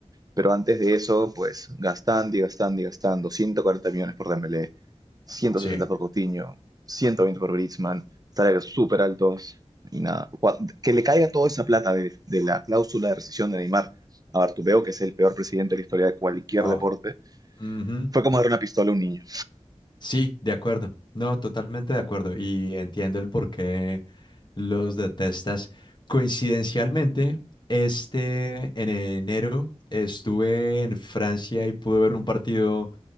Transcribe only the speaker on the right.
pero antes de eso, pues gastando y gastando y gastando, 140 millones por Dembélé, 160
por Coutinho, 120 por Griezmann, salarios súper altos y nada. Cua- Que le caiga toda esa plata de, de la cláusula de rescisión de Neymar a Bartomeu, que es el peor presidente de la historia de cualquier
deporte,
fue como dar una pistola a un niño.